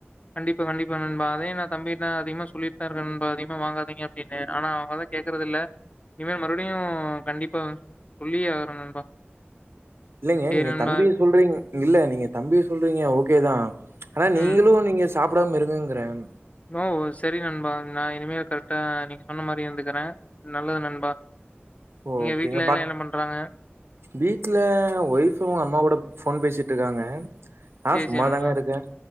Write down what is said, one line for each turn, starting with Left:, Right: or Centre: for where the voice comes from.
Left: கண்டிப்பா கண்டிப்பா நண்பா அதே தம்பி நான் அதிகமா சொல்லிட்டு தான் இருக்கேன் நண்பா அதிகமா வாங்காதீங்க அப்படின்னு ஆனா அவங்கதான் கேக்குறது இல்ல இனிமேல் மறுபடியும் கண்டிப்பா சொல்லியே ஆகுறேன் நண்பா
Right: இல்லைங்க
Left: சரி
Right: நீங்க
Left: நண்பா.
Right: தம்பிய சொல்றீங்க இல்ல நீங்க தம்பிய சொல்றீங்க ஓகே தான் ஆனா நீங்களும்
Left: ம்.
Right: நீங்க சாப்பிடாம இருங்கங்கிறன்
Left: ஓ சரி நண்பா நான் இனிமே கரெக்டா நீங்க சொன்ன மாதிரி இருந்துக்கறேன் நல்லது நண்பா
Right: ஓகேங்க
Left: எங்க வீட்ல எல்லாம்
Right: பட்
Left: என்ன பண்றாங்க?
Right: வீட்டுல ஒய்ப் அவங்க அம்மா கூட போன் பேசிட்டு இருக்காங்க நான்
Left: சரி,
Right: சும்மாதாங்க
Left: சரி நண்பா.
Right: இருக்கேன்